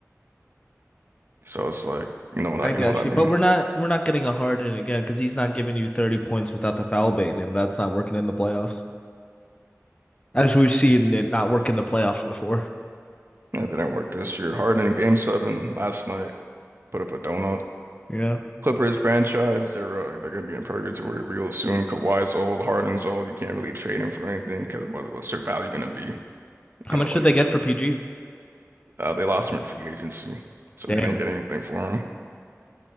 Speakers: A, on the right; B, on the left.
A: So it's like, you know what I,
B: I got
A: you know what I
B: you,
A: mean?
B: but we're not we're not getting a Harden again because he's not giving you 30 points without the foul bait, and that's not working in the playoffs. As we've seen it not work in the playoffs before.
A: That didn't work this year. Harden game seven last night put up a donut.
B: Yeah.
A: Clippers franchise, they're uh, they're gonna be in purgatory real soon. Kawhi's old, Harden's old. You can't really trade him for anything because what, what's their value gonna be?
B: How
A: You know,
B: much
A: like.
B: did they get for PG?
A: Uh, they lost him in free agency, so
B: Damn.
A: they didn't get anything for him.